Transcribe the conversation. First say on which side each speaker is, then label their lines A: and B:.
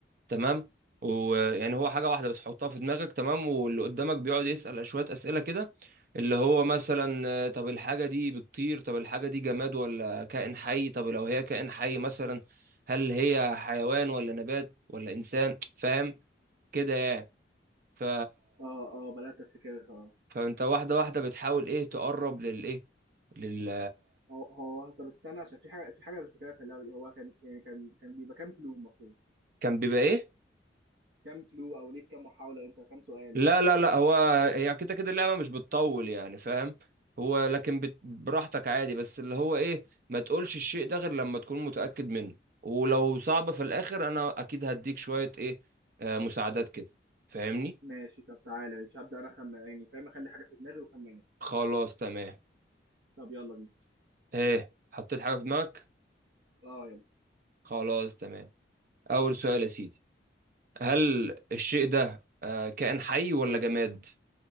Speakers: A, on the right; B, on the right.
A: تمام ويعني هو حاجة واحدة بتحطها في دماغك تمام واللي قدامك بيقعد يسأل شوية أسئلة كده اللي هو مثلا آه، طب الحاجة دي بتطير طب الحاجة دي جماد ولا كائن حي طب لو هي كائن حي مثلا هل هي حيوان ولا نبات ولا إنسان فاهم كده يعني ف
B: اه اه بدات افتكرها اه
A: فانت واحده واحده بتحاول ايه تقرب للايه لل
B: هو هو طب استنى عشان في حاجه في حاجه مش فاكرها في اللعبه دي هو كان يعني كان كان بيبقى كام كلو المفروض
A: كان بيبقى ايه
B: كام كلو او ليك كام محاوله انت كام سؤال
A: لا لا لا هو هي كده كده اللعبه مش بتطول يعني فاهم هو لكن بت... براحتك عادي بس اللي هو ايه ما تقولش الشيء ده غير لما تكون متاكد منه ولو صعبه في الاخر انا اكيد هديك شويه ايه آه مساعدات كده فاهمني
B: ماشي طب تعالى مش هبدا انا خمن يعني فاهم اخلي حاجه في دماغي وخمنها
A: خلاص تمام
B: طب يلا بينا
A: ايه حطيت حاجه في دماغك
B: اه يلا
A: خلاص تمام اول سؤال يا سيدي هل الشيء ده آه، كائن حي ولا جماد